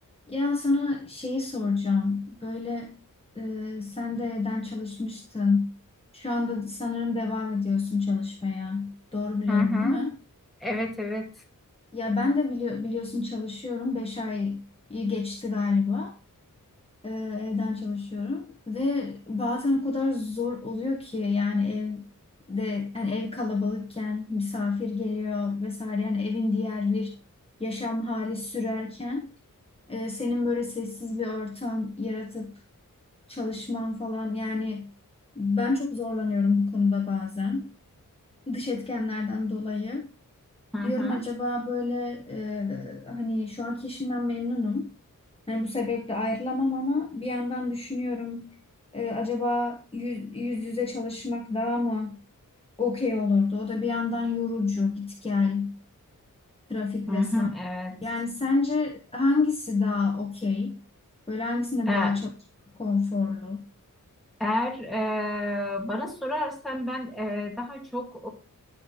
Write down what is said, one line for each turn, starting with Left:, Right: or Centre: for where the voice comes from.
Left: Ya sana şeyi soracağım. Böyle e, sen de evden çalışmıştın. Şu anda sanırım devam ediyorsun çalışmaya. Doğru biliyorum,
Centre: Hı hı.
Left: değil mi?
Centre: Evet evet.
Left: Ya ben de biliyor, biliyorsun çalışıyorum. Beş ayı geçti galiba. E, evden çalışıyorum. Ve bazen o kadar zor oluyor ki yani evde yani ev kalabalıkken misafir geliyor vesaire. Yani evin diğer bir yaşam hali sürerken e, senin böyle sessiz bir ortam yaratıp çalışmam falan yani ben çok zorlanıyorum bu konuda bazen. Dış etkenlerden dolayı.
Centre: Hı hı,
Left: Diyorum acaba böyle e, hani şu anki işimden memnunum. Hani bu sebeple ayrılamam ama bir yandan düşünüyorum e, acaba yüz, yüz yüze çalışmak daha mı okey olurdu? O da bir yandan yorucu, git gel, trafik
Centre: hı
Left: vesaire.
Centre: hı, evet.
Left: Yani sence hangisi daha okey? Böyle hangisinde
Centre: E,
Left: daha çalışmak konforlu?
Centre: Eğer e, bana sorarsan ben e, daha çok